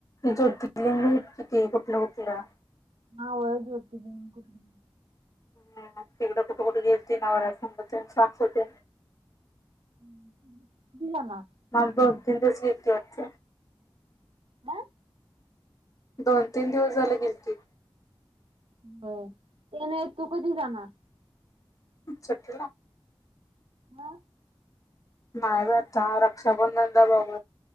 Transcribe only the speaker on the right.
हा <inaudible> ज्योतिर्लिंग कुठली
हम हम दिलाना
ह
हो ते नाही तू कधी जाणार
हा